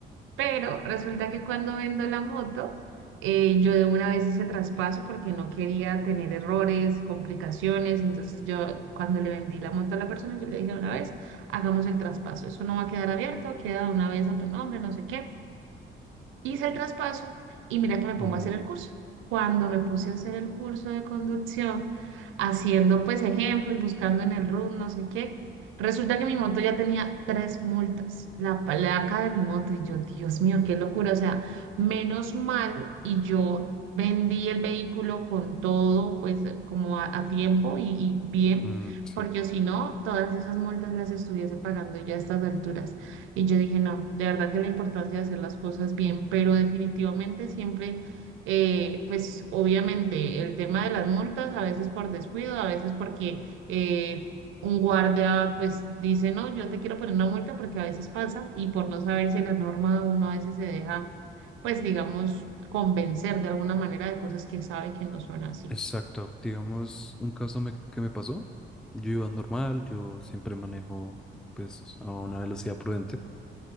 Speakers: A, on the right (about 85°); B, in the centre.
A: Pero resulta que cuando vendo la moto, eh, yo de una vez hice traspaso porque no quería tener errores, complicaciones. Entonces yo cuando le vendí la moto a la persona, yo le dije de una vez, hagamos el traspaso. Eso no va a quedar abierto, queda de una vez a tu nombre, no sé qué. Hice el traspaso y mira que me pongo
B: Oh,
A: a hacer el curso. Cuando me puse a hacer el curso de conducción, haciendo pues ejemplos, buscando en el RUN, no sé qué, resulta que mi moto ya tenía tres multas, la placa de mi moto y yo, Dios mío, qué locura, o sea, menos mal y yo vendí el vehículo con todo pues como a, a tiempo y, y bien,
B: mm, sí,
A: porque si no, todas esas multas las estuviese pagando ya a estas alturas. Y yo dije, no, de verdad que la importancia de hacer las cosas bien, pero definitivamente siempre, eh, pues obviamente el tema de las multas, a veces por descuido, a veces porque eh, un guardia pues dice, no, yo te quiero poner una multa porque a veces pasa y por no saberse la norma uno a veces se deja, pues digamos, convencer de alguna manera de cosas que sabe que no son así.
B: exacto. Digamos, un caso me- que me pasó. Yo iba normal, yo siempre manejo pues a una velocidad prudente.